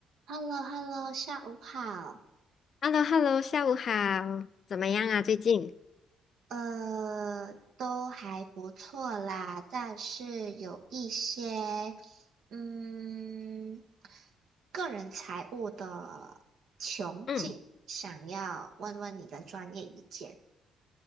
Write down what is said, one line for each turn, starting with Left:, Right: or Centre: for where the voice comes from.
Right: h e l l o h e l l o 下午好。
Left: h e l l o h e l l o 下午好，怎么样啊？最近？
Right: 呃，都还不错啦，但是有一些，嗯，个人财务的窘境，
Left: 嗯，
Right: 想要问问你的专业意见。